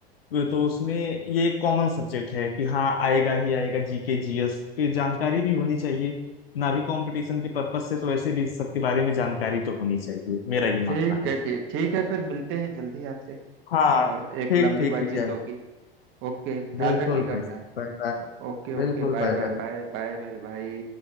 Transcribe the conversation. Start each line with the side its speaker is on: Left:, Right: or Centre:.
Left: तो उसमें ये एक कॉमन सब्जेक्ट है कि हाँ आएगा ही आएगा जीके जीएस की जानकारी भी होनी चाहिए ना भी कंपटीशन के पर्पस से तो वैसे भी इस सब के बारे में जानकारी तो होनी चाहिए मेरा ये मानना
Right: ठीक
Left: है
Right: है ठीक ठीक है फिर मिलते हैं जल्दी आपसे
Left: हाँ
Right: और एक
Left: ठीक
Right: लंबी
Left: ठीक
Right: बातचीत
Left: भैया
Right: होगी ओके ख्याल
Left: बिल्कुल
Right: रखिएगा
Left: भाई
Right: अपना
Left: साहब बाय बाय
Right: ओ- okay okay
Left: बिल्कुल
Right: bye
Left: बाय
Right: bye
Left: बाय
Right: bye bye मेरे भाई